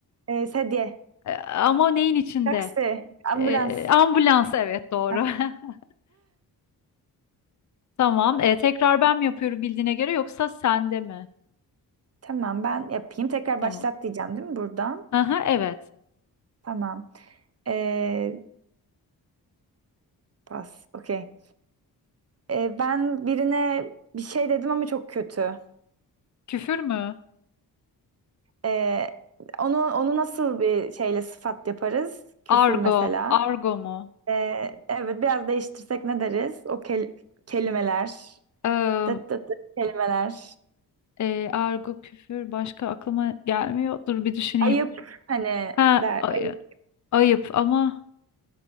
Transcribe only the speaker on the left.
E, ama neyin içinde?
E, ambulans, evet doğru.
<laughs> Tamam. E, tekrar ben mi yapıyorum bildiğine göre yoksa sende mi?
Tamam.
Aha, evet.
Küfür mü?
Argo.
Argo mu?
Im,
e, argo, küfür başka aklıma gelmiyor. Dur bir düşüneyim.
Ha,
ay-
ayıp ama